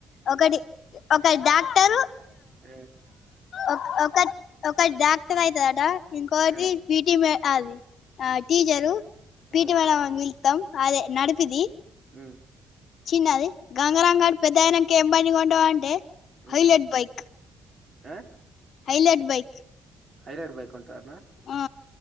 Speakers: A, on the left; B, on the right.
A: ఒకటి ఒకటి డాక్టరు
B: ఆ
A: ఒక ఒక ఒక డాక్టర్ అయితది అంట ఇంకోటి
B: ఆ
A: బిట్మే అదది ఆ టీచరు పీటీ
B: ఆ
A: మేడమ్ <inaudible> అదే నడిపిది
B: ఆ
A: చిన్నది గంగరంగాడి పెద్ద ఆయన ఇంక ఏం పని ఉంటావా అంటే
B: ఉమ్
A: హైలట్ బైక్
B: ఆ
A: హైలైట్ బైక్
B: హైలెట్ బైక్ కొంటవ
A: ఆ